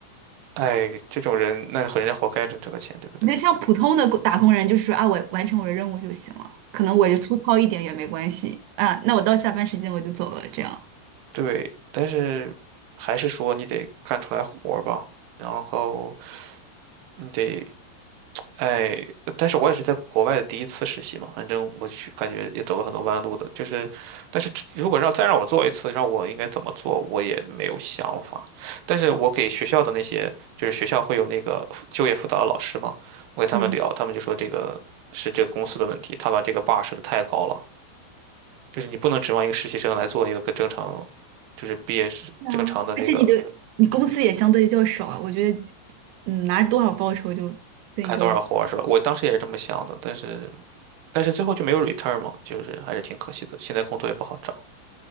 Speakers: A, on the right; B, on the right.
A: 哎，这种人，那人家活该挣这个钱，对不对？
B: 我觉得像普通的打工人，就是啊，我完成我的任务就行了，可能我就粗糙一点也没关系啊，那我到下班时间我就走了，这样。
A: 对，但是还是说你得干出来活儿吧，然后你得哎，但是我也是在国外的第一次实习嘛，反正我去感觉也走了很多弯路的，就是，但是如果让再让我做一次，让我应该怎么做，我也没有想法。但是我给学校的那些，就是学校会有那个辅就业辅导的老师嘛，我给他们聊，
B: 嗯。
A: 他们就说这个是这个公司的问题，他把这个 bar 设的太高了，就是你不能指望一个实习生来做一个跟正常，就是毕业是正常的那个
B: 啊！而且你的你工资也相对较少啊，我觉得，嗯，拿多少报酬就对你多少
A: 干多少活儿是吧？我当时也是这么想的，但是。但是最后就没有 return 嘛，就是还是挺可惜的。现在工作也不好找，